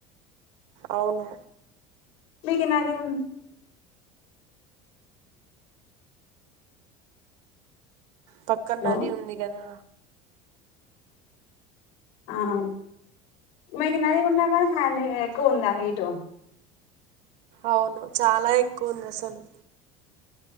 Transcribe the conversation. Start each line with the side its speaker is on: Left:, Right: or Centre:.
Right: అవును
Left: మీకు నది ఉం
Right: పక్కన
Left: హలో
Right: నది ఉంది కదా
Left: ఆహ మీకు నది ఉన్నా కానీ హ్యాండ్ ఎక్కువ ఉందా హీటు
Right: అవును చాలా ఎక్కువ ఉంది అసలు